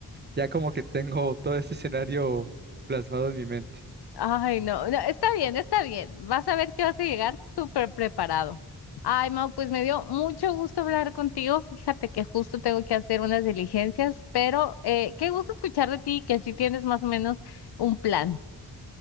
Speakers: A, on the right; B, on the left.
A: ya como que tengo todo ese escenario plasmado en mi mente.
B: Ay, no, no, está bien, está bien. Vas a ver que vas a llegar súper preparado. Ay, Mau, pues me dio mucho gusto hablar contigo. Fíjate que justo tengo que hacer unas diligencias, pero eh, qué gusto escuchar de ti, que sí tienes más o menos un plan.